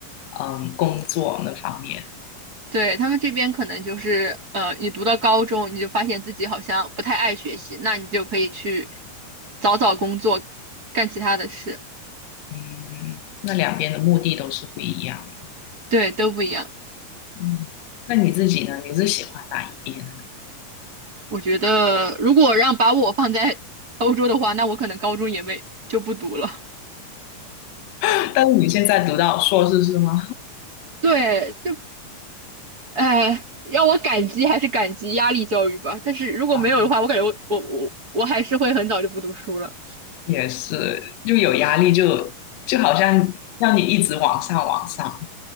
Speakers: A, on the left; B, on the right.
A: 嗯工作那方面，
B: 对，他们这边可能就是呃，你读到高中，你就发现自己好像不太爱学习，那你就可以去早早工作，干其他的事，
A: 嗯，那两边的目的都是不一样，
B: 对，都不一样。
A: 嗯，那你自己呢？你是喜欢哪一边？
B: 我觉得如果让把我放在 <laughs> 欧洲的话，那我可能高中也没就不读了。
A: <laughs> 但是你现在读到硕士是吗？
B: 对，就哎，让我感激还是感激压力教育吧。但是如果没有的话，
A: <laughs> 啊，
B: 我感觉我我我我还是会很早就不读书了。
A: 也是，就有压力就，就好像让你一直往上往上。